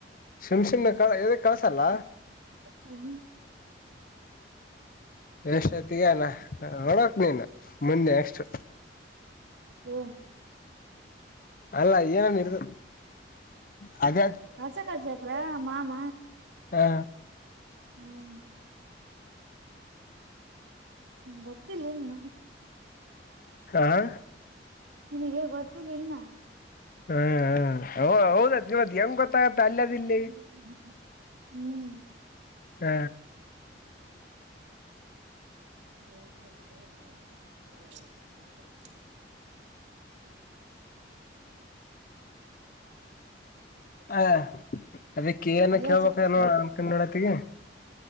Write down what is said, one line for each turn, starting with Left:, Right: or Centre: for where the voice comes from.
Left: ಸುಮ್ ಸುಮ್ನೆ ಕ ಯದಿಕ್ ಕಳ್ಸಲ್ಲ
Right: ಹ್ಮ ಹ್ಮ
Left: ಎಷ್ಟತಿಗಾನ ನಡಕ್ ನೀನು ಮುಂದೆ ಎಷ್ಟು
Right: ಹ್ಮ
Left: ಅಲ್ಲ ಏನನ್ನ ಇರ್ತ್ ಹಾಗ
Right: <unintelligible> ಶೇಕರ ಮಾಮ
Left: ಹಾ
Right: ಹ್ಮ್್ಮ <inaudible> ಗೊತ್ತಿಲ್ಲ್ಮ
Left: ಹಾ
Right: ನಿನಗೆ ಗೊತ್ತಿಲ್ಲ ಇಲ್ನಾ
Left: ಹ್ಮ ಹ ಹೌದ ಹೌದ್ ಇವತ್ ಹೆಂಗ್ ಗೊತ್ತಾಗತ್ತ ಅಲ್ಲದ ಇಲ್ಲಿ
Right: ಇನ್ನ ಹ್ಮ್
Left: ಹ
Right: <unintelligible> ಹೌ <inaudible>
Left: ಹ ಅದಕ್ಕೆ ಏನ
Right: ನೀಸತಿ
Left: ಕೇಳ್ಬೇಕ ನೋಡ ಅನ್ಕೊಂಡ ನೋಡತಿಗೆ